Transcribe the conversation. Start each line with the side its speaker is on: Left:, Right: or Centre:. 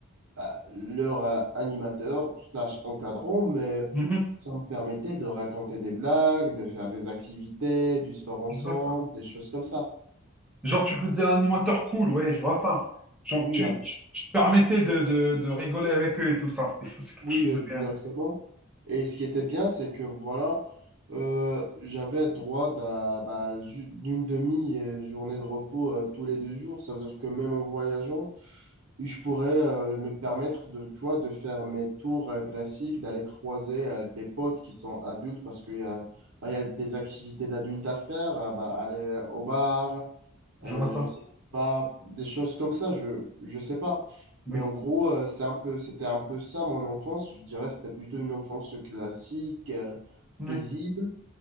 Right: bah, leur euh, animateur slash encadrant, mais
Centre: Mhm.
Right: ça me permettait de raconter des blagues, de faire des activités, du sport ensemble,
Centre: Je vois ça.
Right: des choses comme ça.
Centre: Genre, tu faisais l'animateur cool, ouais, je vois ça. Genre,
Right: Oui,
Centre: tu,
Right: un
Centre: tu, tu te permettais de, de, de rigoler avec eux et tout ça. Et ça, c'est quelque
Right: Oui,
Centre: chose
Right: exactement.
Centre: de bien.
Right: Et ce qui était bien, c'est que voilà, euh, j'avais droit d'un- bah, ju- d'une demi-journée de repos euh, tous les deux jours. Ça veut dire que même en voyageant, je pourrais euh, me permettre de, tu vois, de faire mes tours euh, classiques, d'aller croiser euh, des potes qui sont adultes parce qu'il y a, bah, il y a des activités d'adultes à faire, euh, bah, aller euh, au bar, euh,
Centre: Je vois ça.
Right: je sais pas, des choses comme ça, je, je sais pas.
Centre: Oui,
Right: Mais en gros, euh, c'est un peu, c'était un peu ça mon enfance. Je dirais c'était plutôt une enfance classique, euh,
Centre: oui,
Right: paisible,